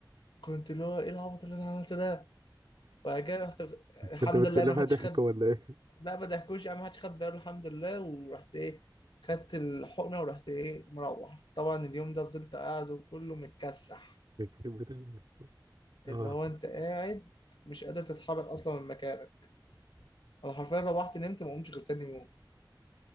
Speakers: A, on the left; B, on the right.
A: كنت اللي هو ايه العبط اللي انا عملته ده وبعد كده رحت الحمد
B: كنت بتسلمها
A: لله انا ما حدش
B: ضحك
A: خد
B: ولا ايه؟
A: لا ما ضحكوش يعني ما حدش خد باله الحمد لله ورحت ايه خدت الحقنه ورحت ايه مروح طبعا اليوم ده فضلت قاعد وكله متكسح
B: يخرب بيت ال- اه
A: اللي هو انت قاعد مش قادر تتحرك اصلا من مكانك انا حرفيا روحت نمت ما قمتش غير تاني يوم